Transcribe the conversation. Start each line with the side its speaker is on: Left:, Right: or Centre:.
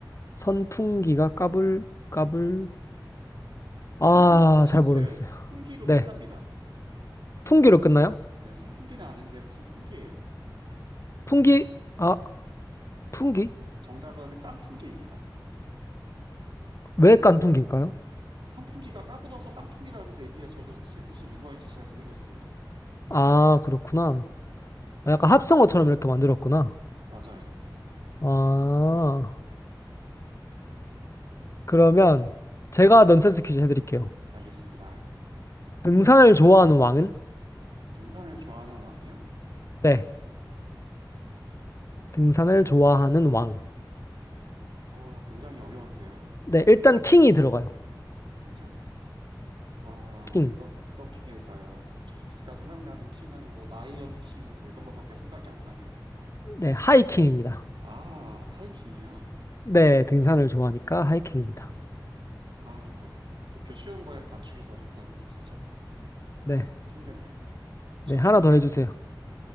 Left: 선풍기가 까불, 까불. 아,
Right: 풍기, 힌트,
Left: 잘 모르겠어요.
Right: 풍기로
Left: 네.
Right: 끝납니다.
Left: 풍기로 끝나요?
Right: 네, 선풍기는 아닌데 무슨 풍기예요.
Left: 풍기, 아, 풍기?
Right: 정답은 깐풍기입니다.
Left: 왜 깐풍기일까요?
Right: 그 선풍기가 까불어서 깐풍기라는데 이게 저도 사실 무슨 유머인지 잘 모르겠어요.
Left: 아, 그렇구나. 아, 약간 합성어처럼 이렇게 만들었구나.
Right: 맞아요. 이런-
Left: 아, 그러면 제가 넌센스 퀴즈 해드릴게요.
Right: 알겠습니다.
Left: 등산을 좋아하는 왕은?
Right: 등산을 좋아하는 왕이요?
Left: 네. 등산을 좋아하는 왕.
Right: 어, 굉장히 어려운데요.
Left: 네, 일단 킹이 들어가요.
Right: 등산, 와,
Left: 킹.
Right: 어떤, 어떤 킹일까요? 뭐, 저, 제가 생각나는 킹은 뭐, 라이언 킹, 뭐, 이런 것밖에 생각이 안 나네요.
Left: 네, 하이킹입니다.
Right: 아, 하이킹이요.
Left: 네, 등산을 좋아하니까 하이킹입니다.
Right: 아, 이렇게 쉬운 걸 맞추기가 어렵다니, 진짜
Left: 네,
Right: 힘드네요. 쉽지
Left: 네,
Right: 않아요.
Left: 하나 더 해주세요.